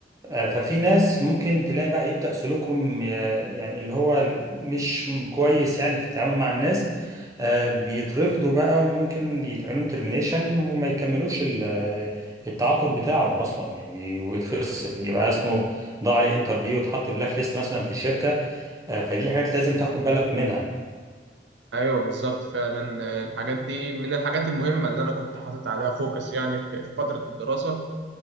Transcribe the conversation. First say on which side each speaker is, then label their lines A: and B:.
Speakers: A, on the right; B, on the right.
A: آه، ففي ناس ممكن تلاقي بقى يبدأ سلوكهم آه، يعني اللي هو مش كويس يعني في التعامل مع الناس آه، بيترفضوا بقى وممكن يتعملهم ترمينيشن وما يكملوش ال- آه، التعاقد بتاعه اصلا يعني ويتفصل يبقى اسمه ضاع عليه انترفيو وتحط بلاك ليست مثلا في الشركة آه، فدي حاجات لازم تاخد بالك منها
B: ايوه بالظبط فعلا آه، الحاجات دي من الحاجات المهمه اللي انا كنت حاطط عليها فوكس يعني في في فتره الدراسه